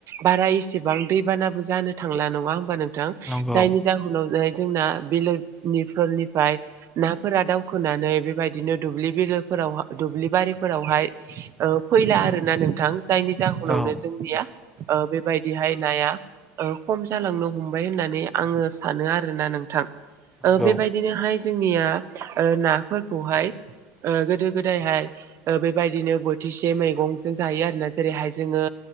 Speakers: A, on the right; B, in the centre.
A: बारा एसेबां दैबानाबो जानो थांला नङा होमबा नोंथां
B: नंगौ
A: जायनि जाहोनाव जोंना बिलोनिफोरनिफ्राय नाफोरा दावखोनानै बेबायदिनो दुब्लि बिलोफोराव दुब्लि बारिफोरावहाय फैला आरो ना नोंथां जायनि जाहोनावनो
B: औ
A: जोंनिया ओ बेबायदिहाय नाया ओ खम जालांनो हमबाय होननानै आङो सानो आरोना नोंथां
B: नंगौ
A: ओ बेबायदिनोहाय जोंनिया ओ नाफोरखौहाय ओ गोदो गोदायहाय ओ बेबायदिनो बोथिसे मैगंजों जायो आरोना जेरैहाय जोङो